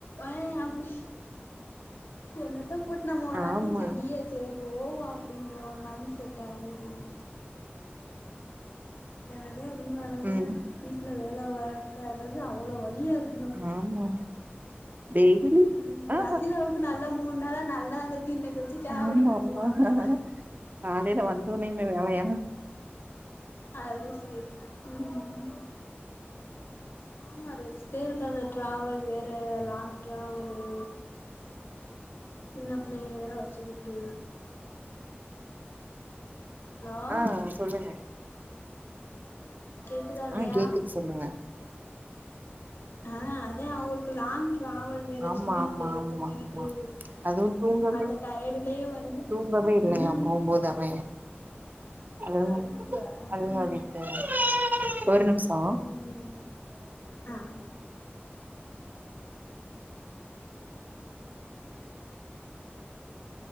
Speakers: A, on the left; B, on the right.
A: ஏ அப்டி என்னத்த போட் நம்ம ஒரு
B: ஆமா
A: ஆளுக்கு செய்ய சே போவோ அப்டிங்கிற ஒரு மைண்ட் செட் ஆயிருது என்னதா இருந்தாலு
B: ம்
A: வீட்ல வேல பாக்கறது அவ்வளோ வழியா இருக்
B: ஆமா டெய்லி
A: ம்
B: ஆ
A: ரசிதாவுக்கு நல்லா மூண் நாளா நல்லாருந்துருக்கு இன்னைக்கி வச்சி செ சாவடிக்கு
B: ஆமா
A: அவுக மாமியா
B: ஆமா காலையில வந்தோனையுமே வேலையா
A: அது செரி ம் ம் ம் ஆமா ரெஸ்ட்டே இருக்காது ட்ராவல் வேற லாங் ட்ராவலு சின்ன புள்ளைய வேற வச்சுக்குட்டு ஹலோ
B: ஆ சொல்லுங்க
A: கேக்குதால்லையா
B: ஆ கேக்குது சொல்லுங்க
A: ஆ அதேன் அவுஹளுக்கு லாங் ட்ராவல் வேற
B: ஆமா
A: சின்ன
B: ஆமா
A: புள்ளைய
B: ஆமா
A: தூக்கிகிட்டு
B: ஆமா அதுவு தூங்கவே
A: அந்த டயடுலயு வந்து
B: தூங்கவே இல்லையா
A: ம்
B: போம்போது அவ அழுக
A: அன்னன்ட
B: அழுகாவிட்டு
A: ம்
B: ஒரு நிமிஷோ
A: ம் அ